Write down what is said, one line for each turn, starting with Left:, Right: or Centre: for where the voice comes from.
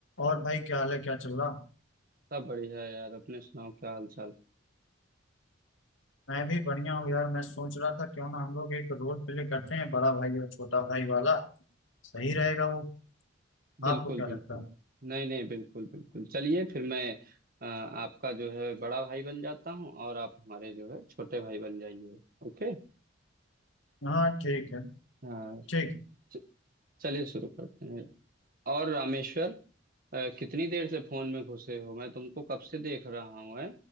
Left: और भाई क्या हाल है क्या चल रहा
Right: सब बढ़िया है यार अपने सुनाओ क्या हाल चाल
Left: मैं भी बढ़िया हूँ यार मैं सोच रहा था क्यों ना हम लोग एक रोल प्ले करते हैं बड़ा भाई और छोटा भाई वाला सही रहेगा वो
Right: बिल्कुल
Left: आपको क्या
Right: बिल्कुल
Left: लगता है
Right: नहीं नहीं बिल्कुल बिल्कुल चलिए फिर मैं अ, आपका जो है बड़ा भाई बन जाता हूँ और आप हमारे जो है छोटे भाई बन जाइए ओके
Left: हाँ ठीक है
Right: हाँ
Left: ठीक है।
Right: च- चलिए शुरू करते हैं और रामेश्वर अ, कितनी देर से फोन में घुसे हो मैं तुमको कब से देख रहा हूँ है